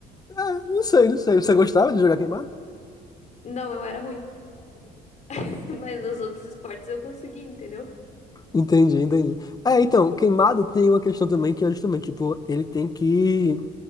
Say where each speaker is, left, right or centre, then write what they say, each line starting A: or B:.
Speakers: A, on the left; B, on the left.
A: é, não sei, não sei. Você gostava de jogar queimada?
B: Não, eu era ruim, <laughs> mas nos outros esportes eu consegui, entendeu?
A: Entendi, entendi. É, então, queimada tem uma questão também que é justamente, tipo, ele tem que